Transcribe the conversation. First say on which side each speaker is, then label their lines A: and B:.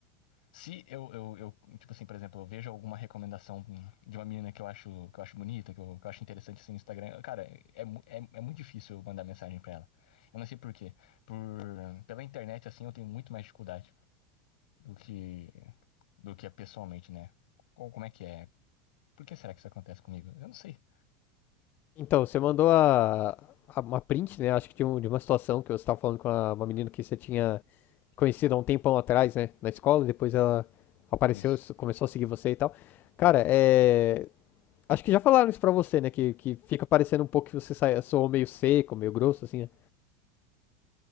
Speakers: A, on the left; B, on the left.
A: Se eu, eu, eu, tipo assim, por exemplo, eu vejo alguma recomendação de uma menina que eu acho, que eu acho bonita, que eu, que eu acho interessante assim no Instagram, cara, é, mu- é, é muito difícil eu mandar mensagem pra ela. Eu não sei por quê. Por, pela internet, assim, eu tenho muito mais dificuldade do que, do que é pessoalmente, né? Co- Como é que é? Por que será que isso acontece comigo? Eu não sei
B: Então, você mandou a, a- uma print, né? Acho que de, um- de uma situação que você estava falando com a- uma menina que você tinha conhecido há um tempão atrás, né? Na escola, e depois ela apareceu,
A: disso.
B: s- começou a seguir você e tal. Cara, é. Acho que já falaram isso pra você, né? Que, que fica parecendo um pouco que você sai, soou meio seco, meio grosso, assim, né?